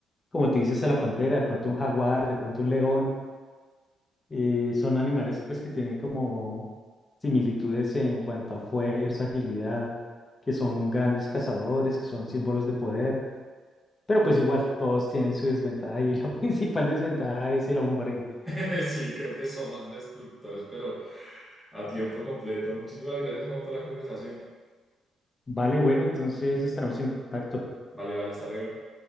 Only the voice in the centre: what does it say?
<laughs> Sí, creo que somos destructores, pero a tiempo completo. Muchísimas gracias, Juan, por la conversación.
Vale, vale, hasta luego.